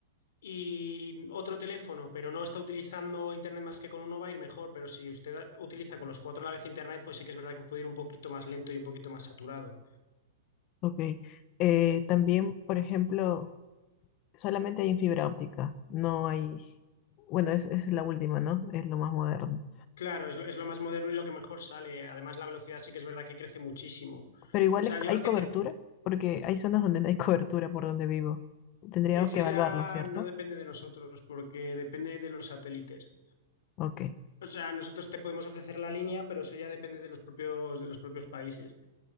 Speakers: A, on the left (about 70°); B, on the left (about 30°).
A: y otro teléfono, pero no está utilizando internet más que con uno, va a ir mejor. Pero si usted a- utiliza con los cuatro a la vez internet, pues sí que es verdad que puede ir un poquito más lento y un poquito más saturado.
B: ok. Eh, también, por ejemplo, solamente hay en fibra óptica, no hay, bueno, es, es la última, ¿no? Es lo más moderno.
A: Claro, es lo, es lo más moderno y lo que mejor sale. Además, la velocidad sí que es verdad que crece muchísimo. O
B: Pero igual
A: sea,
B: es-
A: yo
B: hay
A: lo que
B: cobertura,
A: te...
B: porque hay zonas donde no hay <laughs> cobertura por donde vivo. Tendríamos
A: Eso
B: que evaluarlo,
A: ya
B: ¿cierto?
A: no depende de nosotros, porque depende de los satélites.
B: Ok,
A: O sea, nosotros te podemos ofrecer la línea, pero eso ya depende de los propios, de los propios países.